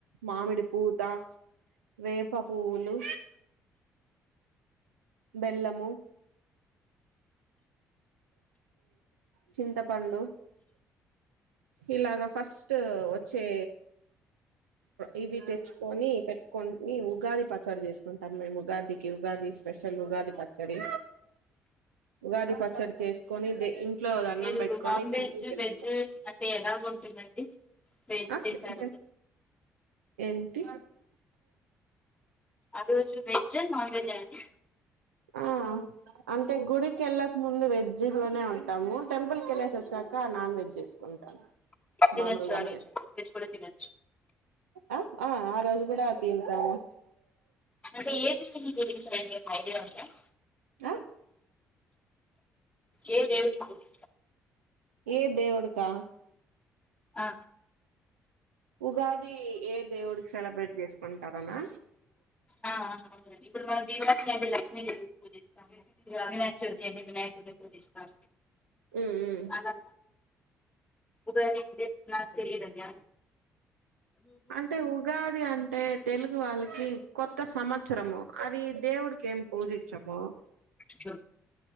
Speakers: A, on the right; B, on the left.
A: మామిడి పూత వేప పూలు బెల్లము చింతపండు ఇలాగా ఫస్ట్ వచ్చే ఇవి తెచ్చుకొని పెట్టుకుని ఉగాది పచారు చేసుకుంటాం మేము ఉగాదికి ఉగాది స్పెషల్ ఉగాది పచ్చడి ఉగాది పచ్చడి చేసుకొని ఇంట్లో దండం
B: మీరు
A: పెట్టు
B: నాన్
A: కొనీ
B: వెజ్
A: టెంపుల్ కి వెళ్ళి
B: వెజ్ అంటే ఎలాగ ఉంటుందండి వెజ్
A: ఆ
B: తింటారు
A: ఇకా ఏంటి
B: అజ వెజ్ నన్ వెజ్ అండి
A: ఆ అంటే గుడికిెళ్ళక ముందు వెజి లోనే ఉంటంది ంటాము టెంపుల్ క వెళ్ళసి వచ్చాక నాన్ వెజ్ చేసుకుంటాము
B: తినచ్చ
A: మామూలుగా
B: ఆ రోజు నాన్ వెజ్ కూడా తినచూ
A: ఆ ఆ ఆ రోజు కూడా తింటాను
B: అంటే ఏజ <inaudible> <unintelligible>
A: ఆ
B: ఏ దేవుని గురించి
A: ఏ దేవుడుకా
B: ఆ
A: ఉగాది ఏ దేవుడికి సెలబ్రేట్ చేసుకుంటారనా
B: ఆ అవుం ఇప్పుడు మనం దీరలక్ష్మి అండి లక్ష్మీదేవికి పూజిస్తాము ఇ అవినాశ చవితి అండి వినాయ పూజిస్తాం
A: ఉమ్ ఉమ్
B: అలా ఉగాారింది నా తెలిదనే
A: అంటే ఉగాది అంటే తెలుగు వాళ్ళకి కొత్త సంవత్సరము అది దేవుడికి ఏం పూజించము
B: చ